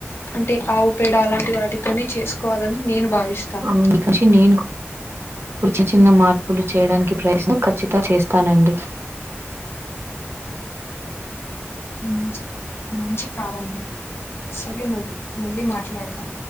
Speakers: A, on the left; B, on the right.
A: అంటే ఆవు పేడ అలాంటి వాటి కొని చేసుకోవాలని నేను భావిస్తాను.
B: అవును ఇక నుంచి నేను ఇచి చిన్న మార్పులు చేయడానికి ప్రయత్నం కచ్చితం చేస్తానండి
A: ఒకే ఇది మంచి ఇది మంచి ప్రారంభం సరే అండి మళ్లీ మా ట్లాడదాం